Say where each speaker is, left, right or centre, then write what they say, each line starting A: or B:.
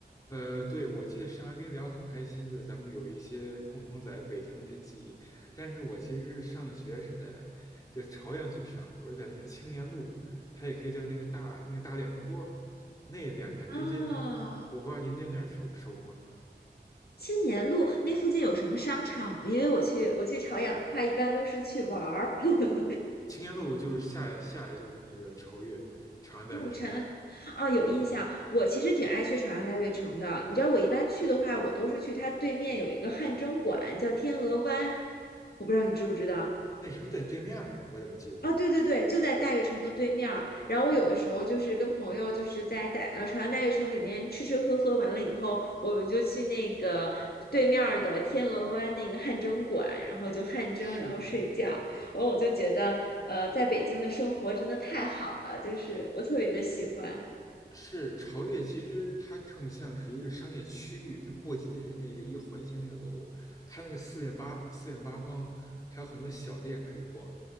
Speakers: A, on the left; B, on the left.
A: 呃，对，我记得上回跟你聊得很开心，就是咱们有一些共同在北京的一些记忆。但是我其实是上学是在就朝阳区上的，我是在那个青年路，它也可以叫那个大那个大练坡那两站之间。
B: 啊，
A: 我不知道您对那儿熟熟吗？
B: 青年路那附近有什么商场吗？因为我去我去朝阳的话，一般都是去玩儿。<laughs>
A: 青年路就是下来下来就是那个朝越，朝阳大悦城。
B: 因为我长安啊，有印象。
A: 嗯，
B: 我其实挺爱去朝阳大悦城的。你知道，我一般去的话，我都是去它对面有一个汗蒸馆，叫天鹅湾。我不知道你知不知道。
A: 那是不是在对面儿啊？我怎么记得
B: 啊，对对对，就在大悦城的对面儿。然后我有的时候就是跟朋友就是在大呃朝阳大悦城里面吃吃喝喝完了以后，我们就去那个对面儿的天鹅湾那个汗蒸馆，然后就汗蒸，
A: 是？
B: 然后睡觉。然后我就觉得，呃，在北京的生活真的太好了，就是我特别的喜欢
A: 是朝越，其实它更像是一个商业区域，它不仅仅是那个一个环形那个楼，它那个四面八四面八方还有很多小店可以逛，